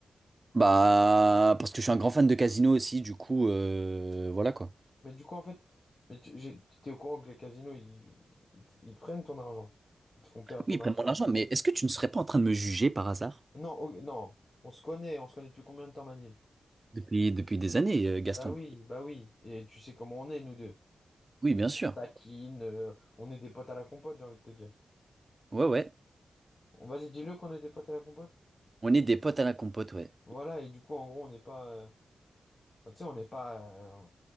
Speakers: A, on the right; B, on the left.
A: Bah, parce que je suis un grand fan de casino aussi, du coup, euh, voilà quoi.
B: Mais du coup, en fait, mais tu, j'ai- t'es au courant que les casinos, ils, ils, ils prennent ton argent. Ils te font perdre ton
A: Oui, ils
B: argent.
A: prennent mon argent, mais est-ce que tu ne serais pas en train de me juger par hasard?
B: Non, oh, non, on se connaît, on se connaît depuis combien de temps, Manil?
A: Depuis, depuis des années, euh, Gaston.
B: Bah oui, bah oui. Et tu sais comment on est, nous deux.
A: Oui, bien sûr.
B: Taquine, euh, on est des potes à la compote, j'ai envie de te dire.
A: Ouais, ouais.
B: Bon, Vas-y, dis-le qu'on est des potes à la compote.
A: On est des potes à la compote, ouais.
B: Voilà, et du coup, en gros, on n'est pas. euh, enfin, tu sais, on n'est pas. euh,